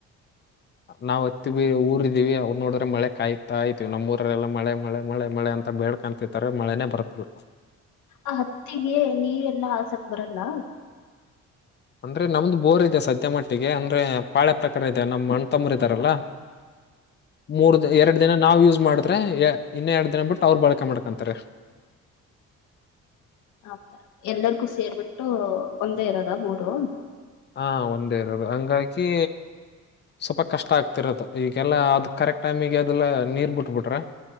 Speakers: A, on the left; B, on the left.
A: ನಾವ್ ಹತ್ತು ಬಿ ಊರ್ ಇದೀವಿ ಅವ್ರು ನೋಡಿದ್ರೆ ಮಳೆ ಕಾಯತಾಯತೀವಿ ನಮ್ಮ ಊರಲ್ಲ ಮಳೆ, ಮಳೆ ಮಳೆ, ಮಳೆ, ಮಳೆ ಅಂತ ಬೇಳ್ಕತಿರ್ರೆ ಮಳೆನನೆ ಬರ್ತಿರು
B: ಆ ಹತ್ತಿಗೆ ನೀರೇಲ್ಲಾ ಹಾಸಕ್ ಬರಲ್ಲಾ
A: ಅಂದ್ರೆ ನಮ್ದು ಬೋರ್ ಇದೆ ಸದ್ಯ ಮಟ್ಟಿಗೆ ಅಂದ್ರೆ ಪಾಳೆ ಪ್ರಕಾರ ಇದೆ ನಮ್ಮ್ ಅಣ್ಣತಮ್ಮರ್ ಇದ್ದಾರಲ್ಲಾ ಮೂರ್ ಎರಡು ದಿನ ನಾವು ಯೂಸ್ ಮಾಡವಿ ಇನ್ನ ಎರಡು ದಿನ ಬಿಟ್ಟು ಅವ್ರ ಬಳಕೆ ಮಾಡ್ಕೊಂತಾರೆ
B: ಆತರ ಎಲ್ಲರಿಗೂ ಸೇರ್ಬಿಟ್ಟು ಒಂದೇ ಇರೋದ ಬೋರು
A: ಹಾ ಒಂದೇ ಇರೋದು ಹಂಗಾಗಿ ಸ್ವಲ್ಪ ಕಷ್ಟ ಆಗ್ತಿರತ್ತ ಈಗೆಲ್ಲಾ ಅದ ಕರೆಕ್ಟ್ ಟೈಮಿಗೆ ಅದೆಲ್ಲಾ ನೀರ್ ಬಿಟ್ಬಿಟ್ರೆ